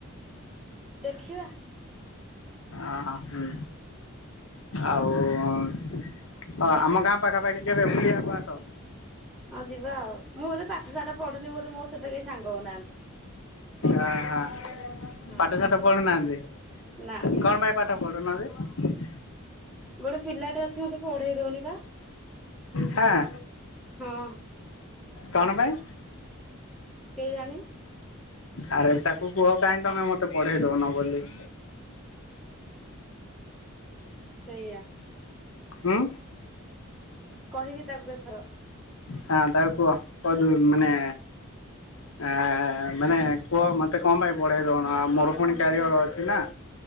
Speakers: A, in the centre; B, on the left (about 65°).
A: ଦେଖିବା।
B: ଓହ ହୁଁ ଆଉ ହଁ ଆମ ଗାଁ ପାଖାପାଖି କେବେ ବୁଲିବାକୁ ଆସ।
A: ହଁ ଯିବା ଆଉ ମୁଁ ଏତେ ପାଠ ସାଠ ପଢୁନି ବୋଲି ମୋ ସହିତ କେହି ସାଙ୍ଗ ହଉନାହାନ୍ତି।
B: ଓହୋ
A: ହଁ।
B: ପାଠ ସାଠ ପଢୁନାହାନ୍ତି
A: ନା
B: କଣ ପାଇଁ ପାଠ ଠ ପଡ଼ୁ ନାହାନ୍ତି।
A: ଗୋଟେ ପିଲାଟା ଅଛି ମତେ ପଢେଇ ଦଉନି ପା
B: ହାଁ।
A: ହଁ।
B: କଣ ପାଇଁ?
A: କେଜାଣି।
B: ଆରେ ତାକୁ କୁହ କାଇଁ ତମେ ମତେ ପଢେଇ ଦଉନ ବୋଲି।
A: ସେଇଆ।
B: ଉଁ।
A: କହିବି ତାକୁ ଏଥର।
B: ହଁ ତାକୁ କୁହ କ ତୁ ମାନେ ଆ ମାନେ କୁହ ମତେ କଣ ପାଇଁ ପଢେଇ ଦଉନ ଆଉ ମୋର ପୁଣି କ୍ୟାରିଅର ଅଛି ନା।